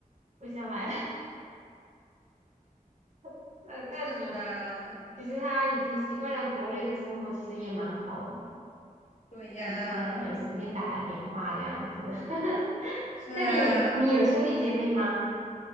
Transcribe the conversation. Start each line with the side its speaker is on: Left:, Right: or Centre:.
Right: 不想来了 <laughs> 那那挺，
Left: 是啊，
Right: 其实他已经习惯了国内的生活，其实也蛮好的，
Left: 对呀，
Right: 平常有时间打打电话这样子。<laughs>
Left: 是啊，
Right: 那你你有兄弟姐妹吗？